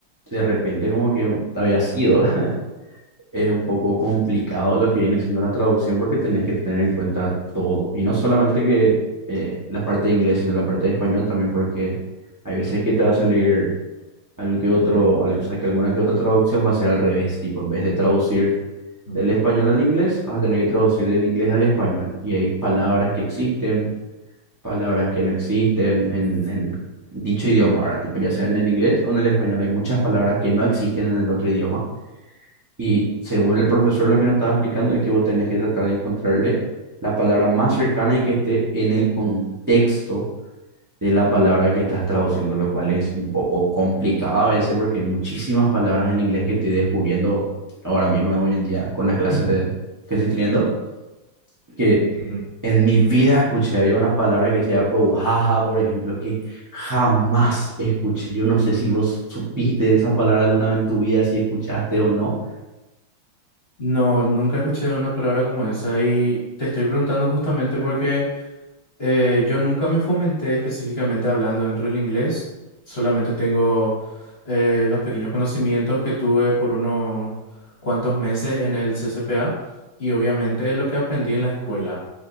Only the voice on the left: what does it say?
ujú,
ujú,
<laughs>
ujú.
No, nunca escuché una palabra como esa y te estoy preguntando justamente porque eh, yo nunca me fomenté específicamente hablando dentro del inglés. Solamente tengo eh, los pequeños conocimientos que tuve por unos cuantos meses en el CCPA y obviamente lo que aprendí en la escuela.